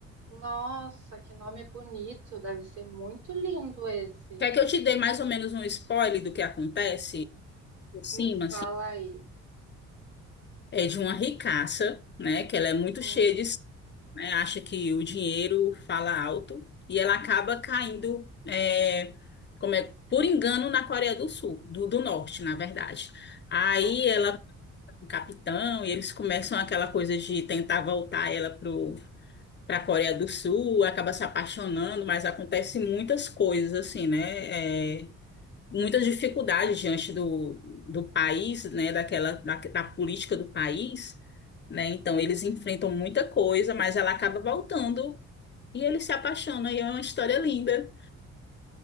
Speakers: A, on the right (about 85°); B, on the left (about 35°).
A: Nossa, que nome bonito! Deve ser muito lindo esse.
B: Quer que eu te dê mais ou menos um spoiler do que acontece por cima,
A: Me fala
B: assim?
A: aí.
B: é de uma ricaça, né? Que ela é muito
A: Hum,
B: cheia de, si, né, acha que o dinheiro fala alto e ela acaba caindo, é, como é, por engano na Coreia do Sul, do, do Norte, na verdade. Aí
A: uhum.
B: ela, o capitão, e eles começam aquela coisa de tentar voltar ela pro para a Coreia do Sul, acaba se apaixonando, mas acontece muitas coisas assim, né? é, muita dificuldade diante do, do país, né, daquela, da, da política do país, né, então eles enfrentam muita coisa, mas ela acaba voltando e eles se apaixonam e é uma história linda.